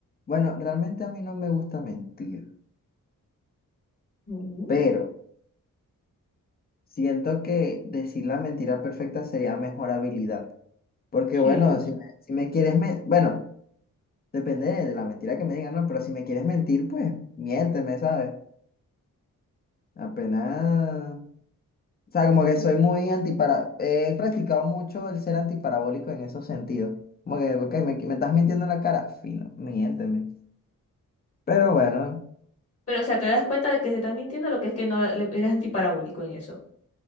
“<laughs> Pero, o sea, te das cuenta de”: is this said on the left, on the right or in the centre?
Left